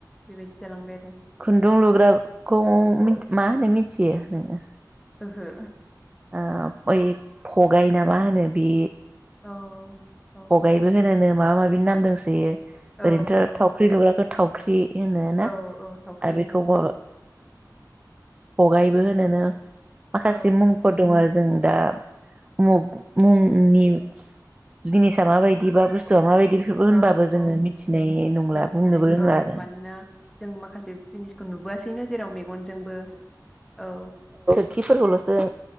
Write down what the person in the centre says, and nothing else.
बेबायदि जालांबाय आरो
ओहो।
औ। औ
औ
औ
औ
औ औ थावख्रि
होनो
औ
औ
औ
मिथिनाय
औ
मानोना जों माखासे जिनिसखौ नुबोआसैनो जेराव मेग गनजोंबो औ